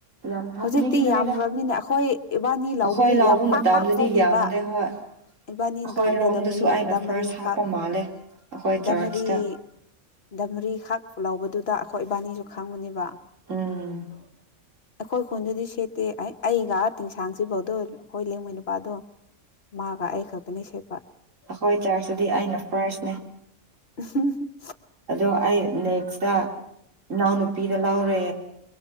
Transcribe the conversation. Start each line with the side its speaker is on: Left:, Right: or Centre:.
Right: ꯌꯥꯝ ꯍꯥꯞꯅꯤꯡꯗ꯭ꯔꯦꯗ
Left: ꯍꯧꯖꯤꯛꯇꯤ ꯌꯥꯝꯈ꯭ꯔꯕꯅꯤꯅ ꯑꯩꯈꯣꯏ ꯏꯕꯥꯅꯤ ꯂꯧꯕꯗ
Right: ꯑꯩꯈꯣꯏ ꯂꯥꯎꯕ
Left: ꯌꯥꯝ ꯄꯥꯛ
Right: ꯃꯇꯝꯗꯗꯤ
Left: ꯄꯥꯛ ꯊꯣꯛꯇꯦꯕ
Right: ꯌꯥꯝꯗꯦ ꯍꯣꯏ
Left: ꯏꯕꯥꯅꯤꯅ
Right: ꯑꯩꯈꯣꯏꯔꯣꯝꯗꯁꯨ
Left: ꯈꯥꯡꯗ ꯗꯥꯝꯔꯤ
Right: ꯑꯩꯅ
Left: ꯗꯥꯝꯔꯤ
Right: ꯐꯥꯔꯁ
Left: ꯈꯥ
Right: ꯍꯥꯞꯄ ꯃꯥꯜꯂꯦ ꯑꯩꯈꯣꯏ
Left: ꯗꯝꯔꯤ
Right: ꯆꯔꯆꯇ
Left: ꯗꯝꯔꯤ ꯐ ꯈꯥꯛ ꯂꯧꯕꯗꯨꯗ ꯑꯩꯈꯣꯏ ꯏꯕꯥꯅꯤꯁꯨ ꯈꯪꯉꯨꯅꯦꯕ
Right: ꯎꯝ
Left: ꯑꯩꯈꯣꯏ ꯈꯨꯟꯗꯨꯗꯤ ꯁꯦꯠꯇꯦ ꯑꯩ ꯑꯩꯒ ꯇꯤꯡꯁꯥꯡꯁꯤꯐꯧꯗꯣ ꯍꯣꯏ ꯂꯦꯡꯉꯣꯏ ꯅꯨꯄꯥꯗꯣ ꯃꯥ ꯕꯥ ꯑꯩ ꯈꯛꯇꯅꯤ ꯁꯦ
Right: ꯑꯩꯈꯣꯏ ꯆꯥꯔꯆꯗꯗꯤ ꯑꯩꯅ ꯐꯔꯁꯤꯅꯦ
Left: ꯎꯝꯍꯝꯍꯝ
Right: ꯑꯗꯣ ꯑꯩ ꯅꯦꯛꯁꯇ ꯏꯅꯥꯎꯅꯨꯄꯤꯗ ꯂꯥꯎꯔꯦ